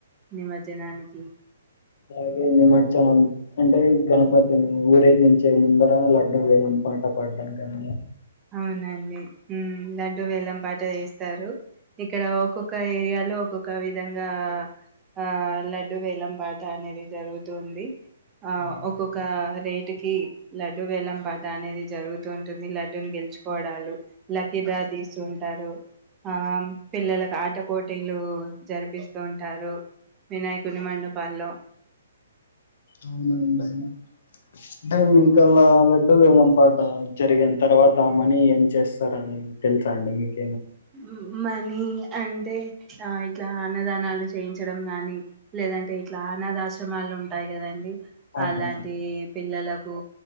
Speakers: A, on the right (about 20°); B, on the left (about 60°).
A: నిమజ్జనానికి
B: అ నిమ్ట్చనా అంటే గణపతి పతిని ఊరేగించే ముందర లడ్డం వేళం పాట పాడడం కానీ
A: అవునండి లడ్డుూ వేలం పాట చేస్తారు ఇక్కడ ఒక్కొక్క ఏరియాలో ఒక్కొక్క విధంగా ఆ లడ్డు వేలం పాట అనేది జరుగుతుంది ఆ
B: అవునండి
A: ఒక్కొక్క రేటి కి లడ్డు వేల్లం పాట అనేది జరుగుతూ ఉంటుంది లడ్ డున్ గెల్చ్ పోడాల్లు లక్కి డాత్ తీస్తుంటారు ఆ పిల్లలకు ఆట పోటీలు జరిపిస్తూ ఉంటారు వినాయకుని మండపాల్లో
B: అవునండి అంటే మీకలా లడ్డూ వేలం పాట జరిగిన తర్వాత మనీ ఏం చేస్తారని తెలుసా అండి మీకు
A: ఉ మనీ అంటే ఆ ఇట్లా అన్నదానాలు చేయించడం గానీ లేదంటే ఇట్లా అనాథాశ్రమాలు ఉంటాయి కదండి
B: అవునండి
A: అలాంటి పిల్లలకు